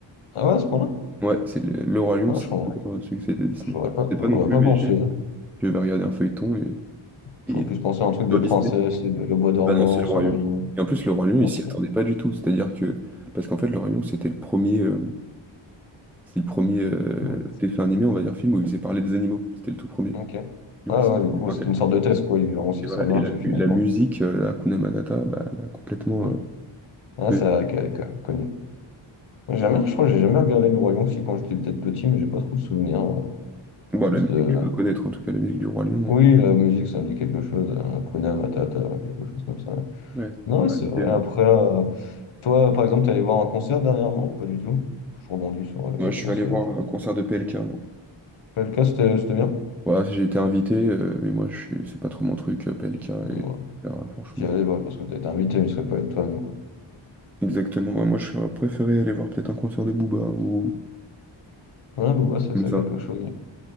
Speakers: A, on the left (about 80°); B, in the centre.
A: Ah ouais, à ce point-là?
B: Ouais, c'est le, le Roi Lion,
A: Ah,
B: c'est
A: je-
B: le plus grand succès de Disney.
A: j'aurais
B: Je
A: pas,
B: ne sais
A: j'aurais
B: pas non plus,
A: pas
B: mais
A: pensé.
B: j'ai-
A: hein.
B: j'avais regardé un feuilleton et, et
A: J'aurais plus pensé à un truc de
B: sur
A: princesse,
B: Disney,
A: et le bois dormant,
B: bah non, c'est le Roi
A: Cendrillon.
B: Lion. Et en plus, le Roi Lion, il
A: Non
B: s'y attendait pas du tout. C'est-à-dire que. Parce qu'en fait, le Roi Lion, c'était le premier. euh, c'est le premier euh,
A: Ouais.
B: dessin animé, on va dire, film où il faisait parler des animaux. C'était le tout premier.
A: Ok.
B: Donc,
A: Ah
B: c'est
A: ouais, du coup,
B: super
A: c'est
B: intéressant.
A: une sorte de test, quoi. Ils verront si
B: Et voilà,
A: ça marche,
B: et la,
A: et finalement.
B: la musique, euh, Hakuna Matata, bah, elle a complètement...
A: hmm.
B: euh,
A: Ah,
B: de...
A: c'est vrai qu'elle est quand même connue. j'ai Jamais, je crois que j'ai jamais regardé le Dragon si quand j'étais peut-être petit, mais j'ai pas trop de souvenirs. euh,
B: bon,
A: de...
B: la
A: ce-
B: musique, tu dois connaître, en tout cas, la musique du Roi Lion.
A: Oui,
B: hein.
A: la musique, ça me dit quelque chose. euh, Hakuna Matata, quelque chose comme ça.
B: Ouais.
A: Non,
B: Bah,
A: ouais, c'est vrai.
B: c'est- euh,
A: Après, euh, Toi, par exemple, t'es allé voir un concert dernièrement ou pas du tout? Je rebondis sur les
B: moi, je suis
A: concerts.
B: allé voir un concert de PLK, moi.
A: Pelka, c'était c'était bien?
B: Voilà, j'ai été invité, euh, mais moi, je suis... c'est pas trop mon truc, euh, PLK, et...
A: Ouais.
B: etc., franchement.
A: J'y allais, ouais, parce que t'as été invité, mais tu serais pas allé de toi-même, quoi.
B: Exactement, ouais, moi, j'aurais préféré aller voir peut-être un concert de Booba, ou
A: Ouais, Booba, ça,
B: comme
A: ça
B: ça.
A: a quelque chose.